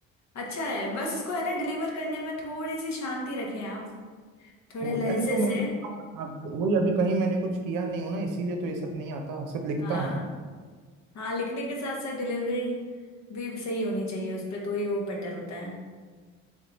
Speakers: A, on the left (about 55°); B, on the right (about 70°).
A: अच्छा है बस इसको है ना डिलीवर करने में थोड़ी सी शांति रखें आप थोड़े
B: वो
A: लहजे
B: अरे तो
A: से
B: मैं हाँ वही अभी कहीं मैंने कुछ किया नहीं हूँ ना इसीलिए तो ये सब नहीं आता सिर्फ लिखता
A: हाँ
B: हूँ
A: हाँ लिखने के साथ साथ डिलीवरी भी सही होनी चाहिए उस पे तो ही वो बेटर होता है